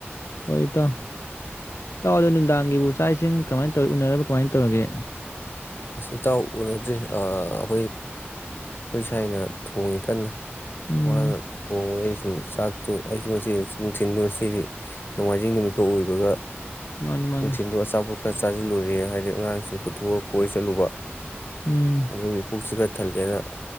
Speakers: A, on the left (about 80°); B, on the left (about 55°).
A: ꯍꯣꯏ ꯇꯥꯎ ꯇꯥꯎꯗꯣ ꯅꯨꯡꯗꯥꯡꯒꯤꯕꯨ ꯏ ꯆꯥꯛ ꯏꯁꯤꯡ ꯀꯃꯥꯏꯅ ꯇꯧ ꯎꯅꯔꯕ ꯀꯃꯥꯏꯅ ꯇꯧꯔꯒꯦ
B: ꯑꯁꯤ ꯏꯇꯥꯎ ꯎꯅꯗ꯭ꯔꯤ ꯑꯥ <unintelligible> ꯊꯥꯏꯅ ꯊꯣꯡꯉꯤ ꯀꯟꯅ
A: ꯎꯝ
B: ꯃꯥꯅ ꯊꯣꯪꯕꯩ ꯁꯨꯝ ꯆꯥꯛꯇꯣ ꯑꯩꯁꯨ ꯉꯁꯤ ꯅꯨꯡꯊꯤꯟꯗꯨ ꯉꯁꯤꯗꯤ ꯅꯣꯡꯃꯥꯏꯖꯤꯡ ꯅꯨꯃꯤꯊꯧꯣꯛ ꯑꯣꯏꯕꯒ
A: ꯃꯥꯅꯤ ꯃꯥꯅꯤ
B: ꯅꯨꯡꯊꯤꯟꯗꯨ ꯑꯁ ꯈꯔ ꯆꯥꯁꯤꯜꯂꯨꯔꯦ ꯍꯥꯏꯗꯤ ꯑꯉꯥꯡꯁꯤꯡ ꯄꯨꯊꯣꯛꯑꯒ ꯀꯣꯏ ꯆꯠꯂꯨꯕ
A: ꯎꯝ
B: ꯑꯗꯨ ꯄꯨꯁꯤ ꯊꯜꯂꯦꯅ